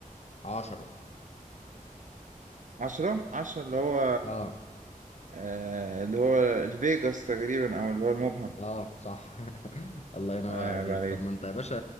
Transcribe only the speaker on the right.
10 10 اللي هو
آه، اللي هو الفيجاس تقريبا أو اللي هو المبهم
ايوه
عليك